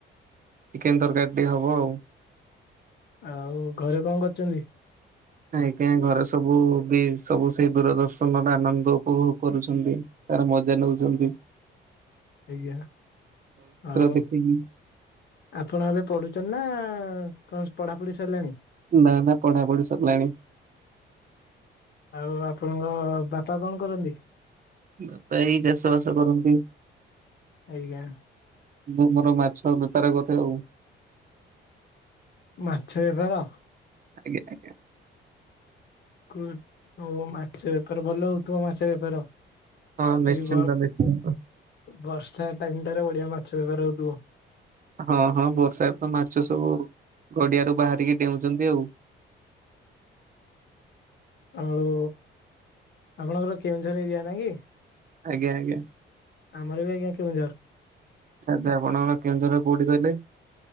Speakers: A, on the right; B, on the left.
A: ଚିକେନ୍ ତର୍କାରୀ ଟିକେ ହବ ଆଉ।
B: ଆଉ ଘରେ କଁ କରୁଚନ୍ତି?
A: ଆଜ୍ଞା ଘରେ ସବୁ ବି ସବୁ ସେଇ ଦୂରଦର୍ଶନର ଆନନ୍ଦ ଉପଭୋଗ୍ କରୁଛନ୍ତି। ତାର ମଜା ନୋଚନ୍ତି।
B: ଆଜ୍ଞା ଆଉ।
A: ଦେଖିକି
B: ଆପଣ ଏବେ ପଢୁଚନ୍ତି ନା କଁ ପଢାପଢି ସାଇଲାଣି?
A: ନା ନା ପଢା ପଢି ସରିଲାଣି।
B: ଆଉ ଆପଣଙ୍କ ବାପା କଣ କରନ୍ତି?
A: ବାପା ଏଇ ଚାଷ ବାସ କରନ୍ତି।
B: ଆଜ୍ଞା
A: ମୁଁ ମୋର ମାଛ ବେପାର କରେ ଆଉ।
B: ମାଛ ଏବାର
A: ଆଜ୍ଞା ଆଜ୍ଞା।
B: କୋ ଓ ମାଛ ବେପାର ଭଲ ହୋଉଥୁବ ମାଛ ବେପାର।
A: ହଁ ନିଶ୍ଚିନ୍ତ
B: ଏଇ ବ
A: ନିଶ୍ଚିନ୍ତ
B: ବର୍ଷା ଟାଇମ ଟାରେ ବଡିଆ ମାଛ ବ୍ୟବହାର ହୋଉଥିବ।
A: ହଁ ହଁ ବର୍ଷା ତ ମାଛ ସବୁ ଘଡିଆରୁ ବାହାରିକି ଡେଉଚନ୍ତି ଆଉ।
B: ଆଉ ଆପଣଙ୍କର କେଉଁଝର୍ ଏରିଆ ନା କି?
A: ଆଜ୍ଞା ଆଜ୍ଞା
B: ଆମର ବି ଆଜ୍ଞା କେଉଝର୍।
A: ଆଛା ଆପଣଙ୍କର କେଉଁଝର୍ ର କୋଉଠି କିଇଲେ?